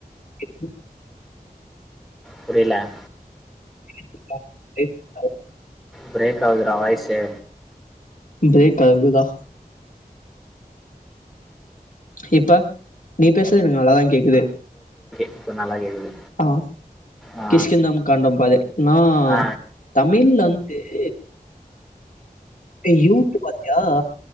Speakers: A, on the left; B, in the centre.
A: <unintelligible>
B: புரில
A: <unintelligible>
B: பிரேக் ஆவுதுரா வாய்ஸு
A: பிரேக் ஆகுதுடா இப்ப நீ பேசுறது எனக்கு நல்லாதா கேக்குது
B: இப்ப நல்லா கேக்குது
A: ஆ
B: ஆ
A: கிஷ்கிந்தம் காண்டம் <unintelligible> நா
B: ஆ
A: தமிழ்ல வந்து <inaudible> ஏ யூத்து பாத்தியா